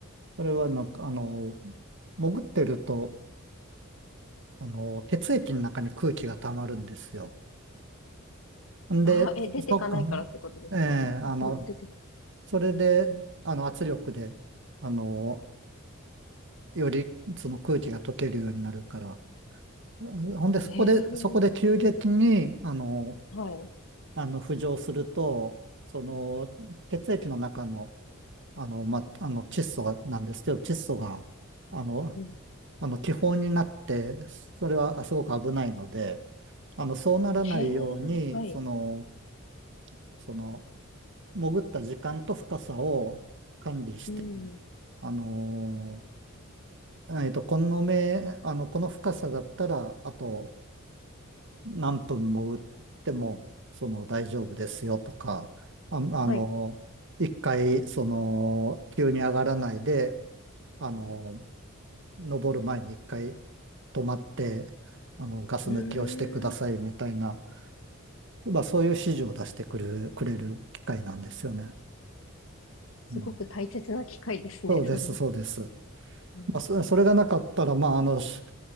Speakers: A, on the right; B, on the left.
A: それはなんか、あのー潜ってると、あのー血液の中に空気が溜まるんですよ。んで、
B: あー、え、出てかないからってことですかあ、
A: そっか、ええあの、
B: でも出て、
A: それで、あの、圧力で、あのーより、その空気が溶けるようになるから、ほんで、そこで、
B: ね
A: そこで急激に、あの
B: え、はい。
A: あの、浮上すると、その、血液の中の、あの、ま、あの、窒素が、なんですけど、窒素が、あの、
B: うん。
A: あの、気泡になって、それはあすごく危ないので、あの、そうならないように、
B: へえ、はい。
A: その、その、潜った時間と深さを管理して、
B: うん。
A: あの、えっと、この目、あの、この深さだったら、あと、何分潜っても、その大丈夫ですよとか、あ、あの、
B: はい。
A: 一回、その、急に上がらないで、あの、登る前に一回止まって、あの、ガス抜きをしてくださいみたいな、
B: うーん。
A: まあ、そういう指示を出してくる、くれる機会なんですよね。
B: すごく大切な機会ですね、
A: うん、そうです、
B: それ。
A: そうです。ま
B: うん、
A: あ、そそれがなかったら、まあ、あの、し